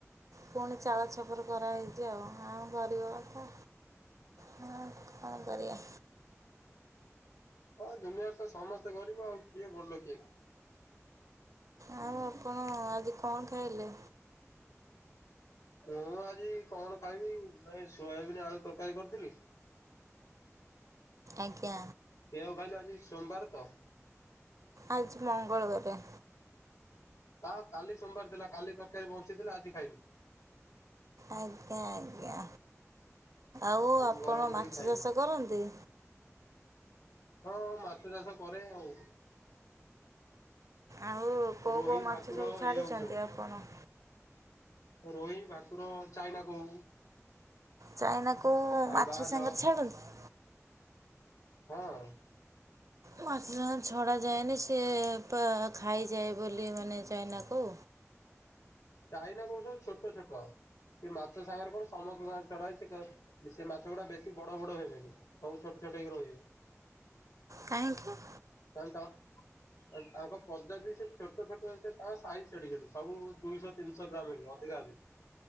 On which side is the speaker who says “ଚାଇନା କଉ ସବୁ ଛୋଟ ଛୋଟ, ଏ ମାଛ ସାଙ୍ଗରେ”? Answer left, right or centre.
Left